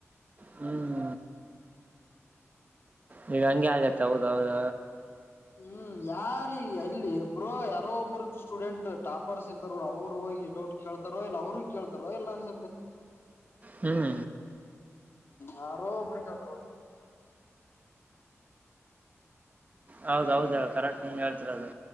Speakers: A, on the right (about 30°); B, on the left (about 50°).
A: ಹ್ಮ್ ನೀಗ ಹಂಗೆ ಆಗತ್ತ ಹೌದ ಹೌದ
B: ಹ್ಮ್ ಯಾರಗ ಅಲ್ಲಿ ಇಬ್ರೋ ಯಾರೋ ಒಬ್ಬರು ಸ್ಟೂಡೆಂಟ್ ಟಾಪರ್ಸ್ ಇರ್ತ ಡ ಅವ್ರು ಹೋಗಿ ಡೌಟ್ ಕೇಳ್ತಾರೋ ಇಲ್ಲ ಅವ್ರರು ಕೇಳ್ತಾರೋ ಇಲ್ಲ ಅಸ್ರತಿ
A: ಹ್ಮ್
B: ಯಾರೋ ಒಬ್ಬರು ಕೇಳ್ತಾರ ನೋಡ್ಬ
A: ಹೌದ ಹೌದ ಕರೆಕ್ಟ್ ನೀ ಹೇಳ್ತಿರ ಅದು